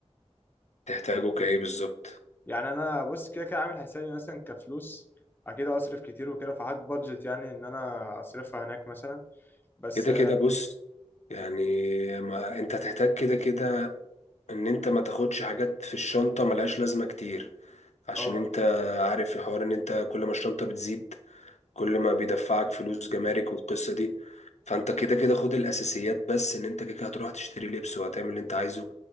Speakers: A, on the left; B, on the left.
A: تحتاجه كايه بالظبط
B: يعني انا بص كده كده عامل حسابي مثلا كفلوس اكيد اصرف كتير وكده فحط بادجت يعني ان انا اصرفها هناك مثلا بس
A: كده كده بص يعني ما انت هتحتاج كده كده ان انت ما تاخدش حاجات في الشنطه ملهاش لازمه كتير عشان
B: اه
A: انت عارف الحوار ان انت كل ما الشنطه بتزيد كل ما بيدفعك فلوس جمارك والقصة دي فانت كده كده خد الاساسيات بس ان انت كده كده هتروح تشتري لبس وهتعمل اللي انت عايزه